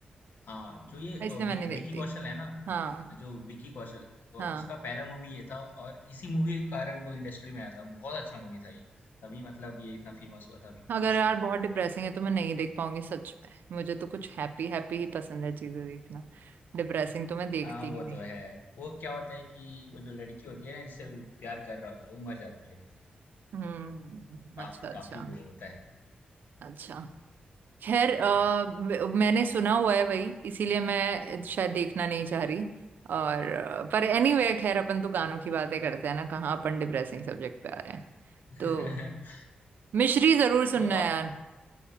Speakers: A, on the left; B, on the right.
A: हाँ जो ये अ,
B: इसलिए मैं
A: विक,
B: नहीं देखती
A: विकी कौशल है ना
B: हाँ
A: जो विकी कौशल अ,
B: हाँ
A: उसका पहला मूवी ये था और इसी मूवी के कारण वो इंडस्ट्री में आया था बहुत अच्छा मूवी था ये तभी मतलब ये इतना फेमस हुआ था विकी
B: अगर
A: कौशल
B: यार बहुत डिप्रेसिंग है तो मैं नहीं देख पाऊंगी सच में मुझे तो कुछ हैप्पी हैप्पी ही पसंद है चीजें देखना डिप्रेसिंग तो मैं देखती
A: हाँ वो
B: ही नहीं
A: तो है
B: हूँ
A: वो क्या होता है कि वो जो लड़की होती है ना जिससे वो प्यार कर रहा होता है वो मर जाती है बेचारी
B: हम्म
A: काफी
B: अच्छा अच्छा
A: काफी वो होता है
B: अच्छा खैर अ,
A: हम्म।
B: म- मैंने सुना हुआ है वही इसीलिए मैं शायद देखना नहीं चाह रही और अ, पर एनीवे anyway, खैर अपन तो गानों की बातें करते हैं ना कहाँ अपन डिप्रेसिंग सब्जेक्ट पे आ रहे हैं
A: <laughs>
B: तो मिश्री जरूर
A: तो
B: सुनना
A: आ,
B: यार